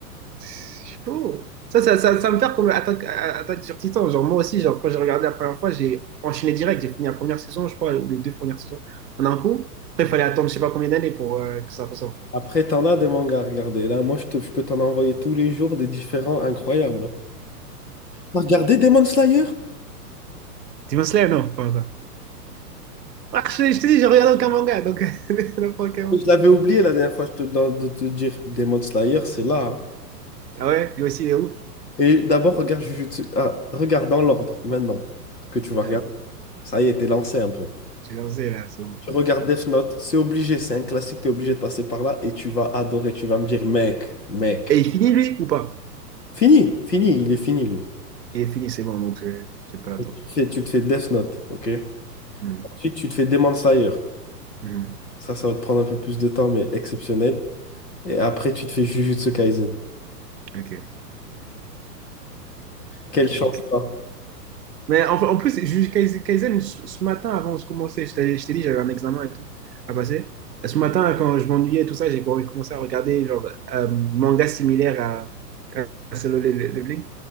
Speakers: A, on the right (about 85°); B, on the left (about 80°).
A: C'est Chaud. Ça, ça, ça, ça me fait comme Attaque, à- Attaque sur Titan. Genre, moi aussi, genre, quand j'ai regardé la première fois, j'ai enchaîné direct. J'ai fini la première saison, je crois, ou les deux premières saisons en un coup. Après, il fallait attendre je sais pas combien d'années pour euh, que ça ressorte.
B: Après, t'en as des mangas à regarder. Là, moi, je, te- je peux t'en envoyer tous les jours des différents incroyables. hein. T'as regardé Demon Slayer?
A: Demon Slayer, non? Pas encore. Ah, je, je te dis, je regarde aucun manga, donc <laughs> n'importe quel manga.
B: Je l'avais oublié la dernière fois je te, dans- de te dire. Demon Slayer, c'est là. hein.
A: Ah ouais? Lui aussi, il est ouf.
B: Et d'abord, regarde Jujutsu. Ah, regarde dans l'ordre maintenant que tu vas regarder.
A: Ouais,
B: Ça y est, t'es lancé un peu.
A: j'ai lancé là, c'est bon.
B: Tu regardes Death Note, c'est obligé, c'est un classique, t'es obligé de passer par là et tu vas adorer. Tu vas me dire, mec, mec.
A: Et il finit, lui, ou pas?
B: Fini, fini, il est fini lui.
A: Il est fini, c'est bon, donc je n'ai pas l'attendre.
B: Donc, Tu te fais, tu te fais Death Note, ok?
A: Mhm.
B: Ensuite, tu te fais Demon Slayer.
A: Mhm.
B: Ça, ça va te prendre un peu plus de temps, mais exceptionnel. Et après, tu te fais Jujutsu Kaisen.
A: Ok.
B: Quelle
A: Ok.
B: chance, toi.
A: Mais en, en plus, ju- Kaizen, Kaizen, ce ce matin, avant de commencer, je t'ai je t'ai dit, j'avais un examen et tout à passer. Ce matin, quand je m'ennuyais et tout ça, j'ai commencé à regarder genre euh, manga similaire à, à, à Solo Le- Le- Leveling.